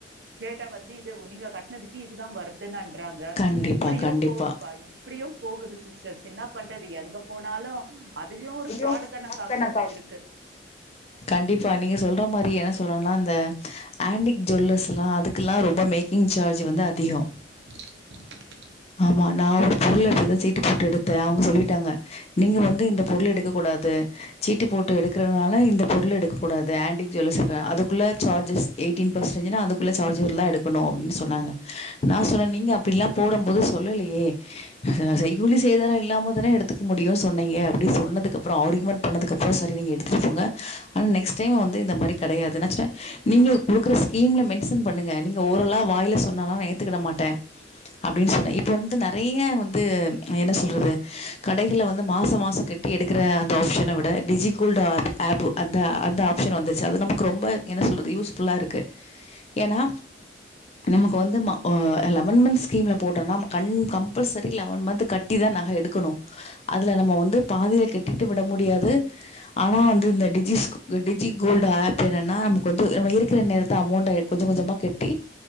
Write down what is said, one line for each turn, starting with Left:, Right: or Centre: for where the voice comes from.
Right: கேட்டா வந்து இது நீங்க கட்டினதுக்கு இதுதான் வருத்துன்ன ங்குறாங்க
Left: கண்டிப்பா
Right: இப்புடியும்
Left: கண்டிப்பா
Right: போதுப்பா இப்புடியும் போகுது சிஸ்டர்ஸ் இன்னா பண்றது எங்க போனாலும் அதுலயும் ஒரு
Left: இதுவு
Right: ஃபிராடு தனம் காக்கு
Left: தானக்கா
Right: இருக்கு
Left: கண்டிப்பா நீங்க சொல்ற மாரி என்ன சொல்லறனா அந்த ஆண்டிக் ஜுவல்லர்ஸ்லாம் அதுக்குல்லாம் ரொம்ப மேக்கிங் சார்ஜ் வந்து அதிகோம்
Right: <inaudible>
Left: ஆமா நா ஒரு பொருள எடுத்த சீட்டு போட்டு எடுத்தேன் அவுங்க சொல்லிட்டாங்க நீங்க வந்து இந்தப் பொருள் எடுக்கக் கூடாது சீட்டு போட்டு எடுக்கறதுனால இந்த பொருள் எடுக்க கூடாது ஆண்டிக் ஜுவல்லஸ் அதுக்குள்ள சார்ஜஸ் எயிட்டீன் பெர்சன்டேஜ்ன்னா அதுக்குள்ள சார்ஜ்ஜர்லா எடுக்கணும் அப்டின்னு சொன்னாங்க நா சொன்ன நீங்க அப்டிலாம் போடும் போது சொல்லலீயே செய்கூலி சேதார இல்லாம தான எடுத்துக்க முடியுச சொன்னீங்க அப்புடி சொன்னதுக்கப்புறோம் ஆர்கியுமெண்ட் பண்ணதுக்கப்புறோம் சரி நீங்க எடுத்துக்கோங்க ஆனா நெக்ஸ்ங டைம் வந்து இந்த மாரி கடையாது நாச்சோன்ன நீங்க கொடுக்குற ஸ்கீம்ல மென்ஷன் பண்ணுங்க நீங்க ஓரல்லா வாயில சொன்னாலா நா ஏத்துக்கிட மாட்டேன் அப்டின்னு சொன்னேன் இப்ப வந்து நறைய வந்து என்ன சொல்றது கடைகள்ல வந்து மாசோ மாசோம் கட்டி எடுக்குற அந்த ஆப்ஷன விட டிஜி கோல்டு ஆப் ஆப்பு அந்த அந்த ஆப்ஷன் வந்துச்சு அது நமக்கு ரொம்ப என்ன சொல்றது யூஸ்ஃபுல்லா இருக்கு ஏன்னா நமக்கு வந்து ம லெவன் மந்த் ஸ்கீம்ல போட்டோம்னா கண் கம்பல்சரி லெவன் மந்த் கட் இதான் நக எடுக்குணு அதுல நம்ப வந்து பாதியில கட்டிட்டு விட முடியாது ஆனா வந்து இந்த டிஜிஸ் டிஜி கோல்டு ஆப் என்னென்னா நமக்கு வந்து நம்ம இருக்கிற நேரத்த அமௌண்டா எடு கொஞ்ச கொஞ்சமா கெட்டி